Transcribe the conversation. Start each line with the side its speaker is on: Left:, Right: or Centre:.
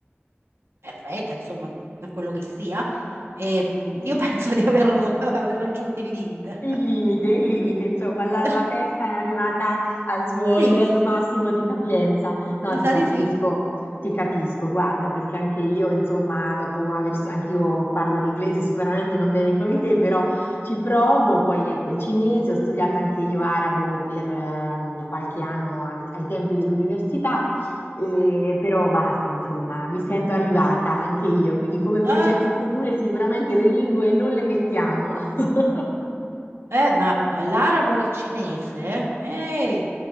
Right: perfetta, insomma, per quello che sia, e, mh, io <laughs> penso di aver <laughs> aver raggiunto il limite.
Left: Il limite, il limite, insomma, la,
Right: <laughs>
Left: la testa è arrivata al suo
Right: Sì.
Left: livello massimo di capienza. No,
Right: Mi
Left: ti
Right: sa
Left: capisco,
Right: di sì.
Left: ti capisco, guarda, perché anche io, insomma, dopo aver, anch'io parlo l'inglese sicuramente non bene come te, però ci provo. Poi ecco il cinese, ho studiato anche io arabo per ehm, qualche anno al- ai tempi dell'università. E- però basta, insomma, mi sento arrivata anche io, quindi come progetti
Right: Eh,
Left: futuri sicuramente le lingue non le mettiamo. <laughs>
Right: eh, ma p- l'arabo e il cinese? Ehi,